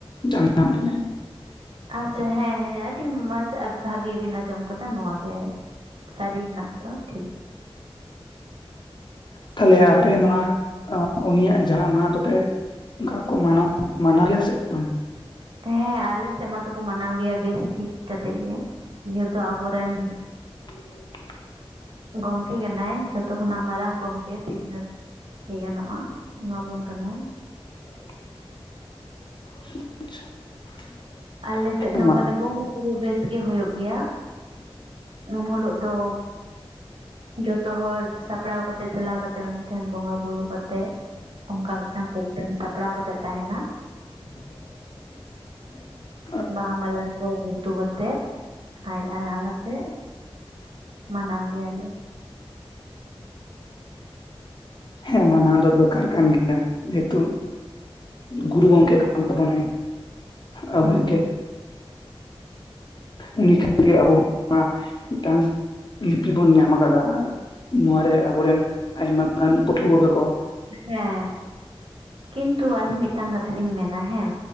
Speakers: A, on the left; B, on the right.
A: ᱡᱟᱱᱟᱢ ᱞᱮᱱᱟ᱾
B: ᱟᱪᱪᱷᱟ ᱦᱮᱸ ᱦᱮᱸ ᱟᱹᱰᱤ ᱢᱚᱸᱡᱽ ᱵᱷᱟᱜᱤ ᱵᱤᱱ ᱟᱸᱡᱚᱢ ᱠᱟᱫᱟ ᱱᱚᱣᱟᱜ ᱜᱮ᱾ ᱥᱟᱹᱨᱤ ᱱᱟᱜ ᱫᱚ ᱴᱷᱤᱠ
A: ᱛᱟᱦᱚᱞᱮ ᱟᱯᱮ
B: ᱴᱷᱤᱠ
A: ᱱᱚᱣᱟ ᱩᱱᱤᱭᱟᱜ ᱡᱟᱱᱟᱢ ᱢᱟᱦᱟ ᱫᱚᱯᱮ ᱚᱱᱠᱟ ᱠᱚ ᱢᱟᱱᱟᱣ ᱢᱟᱱᱟᱣ ᱜᱮᱭᱟ ᱥᱮ ᱵᱟᱝ?
B: ᱦᱮᱸ ᱟᱞᱮᱥᱮᱫ ᱢᱟᱛᱚᱠᱚ ᱢᱟᱱᱟᱣ ᱜᱮᱭᱟ ᱵᱮᱥ ᱴᱷᱤᱠ ᱠᱟᱛᱮᱜ ᱜᱮ᱾ ᱡᱮᱦᱮᱛᱩ ᱟᱵᱚᱨᱮᱱ
A: ᱦ <unintelligible>
B: ᱜᱚᱢᱠᱮ ᱠᱟᱱᱟᱭ, ᱡᱷᱚᱛᱚ ᱠᱷᱚᱱᱟᱜ ᱢᱟᱨᱟᱝ ᱜᱚᱢᱠᱮ ᱥᱤᱠᱷᱱᱟᱹᱛ ᱞᱟᱹᱭ ᱜᱟᱱᱚᱜᱼᱟ ᱮᱢᱟᱵᱚᱱ ᱠᱟᱱᱟᱭ᱾
A: ᱦ <inaudible> <inaudible>
B: ᱟᱞᱮ ᱥᱮᱫ ᱫᱚ
A: ᱵᱟᱝ
B: ᱢᱟᱱᱮ ᱵᱚᱸᱜᱟ ᱵᱩᱨᱩ ᱵᱮᱥ ᱜᱮ ᱦᱩᱭᱩᱜ ᱜᱮᱭᱟ᱾
A: ᱦᱮᱸ
B: ᱩᱱ ᱦᱤᱞᱳᱜ ᱫᱚ ᱡᱚᱛᱚ ᱦᱚᱲ ᱥᱟ ᱥᱟᱯᱲᱟᱣ ᱠᱟᱛᱮ ᱪᱟᱞᱟᱣ ᱠᱟᱛᱮ ᱩᱱᱤ ᱴᱷᱮᱱ ᱵᱚᱸᱜᱟ ᱵᱩᱨᱩ ᱠᱟᱛᱮᱫ ᱚᱱᱠᱟᱱ ᱢᱤᱫᱴᱟᱝ ᱯᱨᱳᱜᱨᱟᱢ ᱥᱟᱯᱲᱟᱣ ᱠᱟᱛᱮᱜ ᱛᱟᱦᱮᱸᱱᱟ᱾
A: <inaudible>
B: ᱵᱟᱦᱟ ᱢᱟᱞᱟ ᱠᱚ ᱜᱩᱛᱩ ᱠᱟᱛᱮᱜ ᱟᱡ ᱦᱟ ᱠᱟᱛᱮᱫ ᱢᱟᱱᱟᱣ ᱜᱮᱭᱟᱞᱮ᱾
A: ᱦᱮᱸ ᱢᱟᱱᱟᱣ ᱫᱚ ᱫᱚᱨᱠᱟᱨ ᱠᱟᱱ ᱜᱮᱭᱟ᱾ ᱡᱮᱦᱮᱛᱩ ᱜᱩᱨᱩ ᱜᱚᱢᱠᱮ ᱠᱟᱱ ᱛᱟᱵᱚᱱᱟᱭ ᱟᱵᱚᱭᱤᱡ
B: ᱦᱮᱸ
A: ᱜᱮ᱾ ᱩᱱᱤ ᱠᱷᱟᱹᱛᱤᱨ ᱜᱮ ᱟᱵᱚ ᱱᱚᱣᱟ ᱢᱤᱫᱴᱟᱱ ᱞᱤᱯᱤ ᱵᱚᱱ ᱧᱟᱢ ᱟᱠᱟᱫᱟ ᱟᱨ ᱱᱚᱣᱟᱨᱮ ᱟᱵᱚᱨᱮᱱ ᱟᱭᱢᱟ ᱜᱟᱱ ᱯᱟᱹᱴᱷᱩᱣᱟᱹ ᱠᱚᱠᱚ
B: ᱦᱮᱸ ᱠᱤᱱᱛᱩ ᱟᱹᱞᱤᱧ ᱢᱤᱫᱴᱟᱝ ᱠᱟᱛᱷᱟ ᱞᱤᱧ ᱢᱮᱱᱟ ᱦᱮᱸ